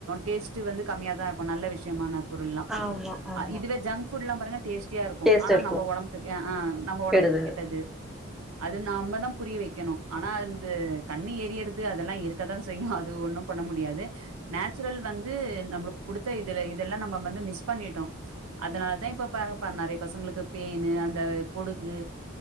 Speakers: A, on the right (about 80°); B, in the centre.
A: டேஸ்ட் வந்து கம்மியா தா இருக்கு நல்ல விஷயமான பொருளெல்லா
B: ஆமா, ஆமா.
A: இதுவே ஜங்க் புட்லா பாருங்க டேஸ்ட் சியா இருக்கு
B: டேஸ்ட்
A: ஆனா
B: இருக்கும்
A: நம்ம ஒடம்புக்கு ஆ அ நம்ம ஒடம்புக்கு
B: கெடுதல்.
A: கெட்டது அது நாமதா புரிய வைக்கணு ஆனா அந்த கண்ணு ஏறியறது அதெல்லா இருக்கதா செய்யு அது ஒண்ணு பண்ண ண முடியாது நேச்சுரல் வந்து நம்மளுக்கு குடுத்த இதுல இதெல்லா நம்ம வந்து மிஸ் பண்ணிட்டோ அதனாலதா இப்ப பா க்க நெறைய பசங்களுக்கு பெனு அந்த பொடுகு